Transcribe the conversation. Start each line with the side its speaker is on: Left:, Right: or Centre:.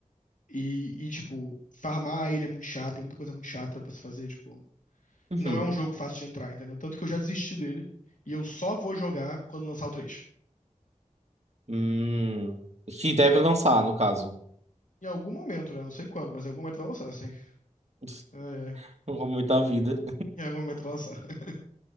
Left: E, e, tipo, farmar a ilha é muito chato, tem muita coisa muito chata pra se fazer, tipo.
Right: Uhum.
Left: Não é um jogo fácil de entrar, entendeu? Tanto que eu já desisti dele, e eu só vou jogar quando lançar o três
Right: Hum. Que deve lançar, no caso.
Left: Em algum momento, né? Não sei quando, mas em algum momento vai lançar, assim.
Right: <laughs>
Left: Ai, ai.
Right: Como muita vida.
Left: Em algum momento vai lançar. <laughs>